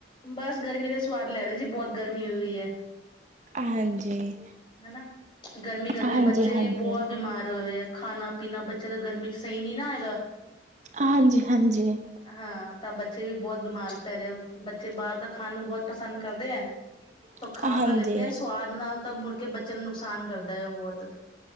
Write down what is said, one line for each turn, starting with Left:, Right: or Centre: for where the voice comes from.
Left: ਬਾੱਸ ਗਰਮੀ ਦਾ ਸਵਾਦ ਲੈ ਰੇ ਜੀ, ਬੋਤ ਗਰਮੀ ਹੋਈ ਉਈ ਐ।
Right: ਹਾਂਜੀ।
Left: ਹਨਾ। ਗਰਮੀ ਕਰਕੇ
Right: ਹਾਂਜੀ,
Left: ਬੱਚੇ
Right: ਹਾਂਜੀ,
Left: ਵੀ ਬੋਤ ਬਿਮਾਰ ਹੋਏ ਹੋਏ ਆ, ਖਾਨਾ ਪੀਨਾ ਬੱਚਯਾਂ ਦਾ ਗਰਮੀ ਚ' ਸਈ ਨੀ ਨਾ ਹੈਗਾ।
Right: ਹਾਂਜੀ- ਹਾਂਜੀ।
Left: ਹਾਂ। ਤਾ ਬੱਚੇ ਵੀ ਬੋਤ ਬਿਮਾਰ ਪੈ ਰੇ, ਬੱਚੇ ਬਾਰ ਦਾ ਖਾਨ ਨੂੰ ਬੋਤ ਪਸੰਦ ਕਰਦੇ ਐ।
Right: <inaudible>
Left: ਤੋ ਖਾ
Right: ਹਾਂਜੀ,
Left: ਤਾ ਲੈਂਦੇ ਆ ਸਵਾਦ ਨਾਲ, ਤਾਂ ਮੁੜਕੇ ਬੱਚਯਾ ਨੂੰ ਨੁਕਸਾਨ ਕਰਦਾ ਐ ਓ ਬੋਤ।